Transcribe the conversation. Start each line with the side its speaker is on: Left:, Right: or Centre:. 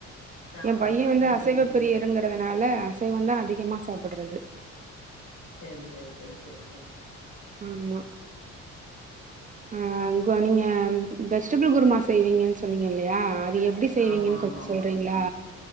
Left: சாப்புட்றது
Right: என் பையே வந்து
Left: ம்
Right: அசைவ
Left: ம் ம்
Right: பிரியருங்கிறதுனால
Left: ம்
Right: அசைவம் தா அதிகமா சாப்புட்றது
Left: சேரி சேரி சேரி சேரி சேரி
Right: ஆமா ஆ நீங்க வெஜிடபிள் குருமா செய்வீங்கன்னு சொன்னீங்க இல்லயா அது எப் டி செய்வீங்கன்னு
Left: ஆமா ஆமா
Right: கொஞ்சோ
Left: ஆமா
Right: சொல்றீங்ளா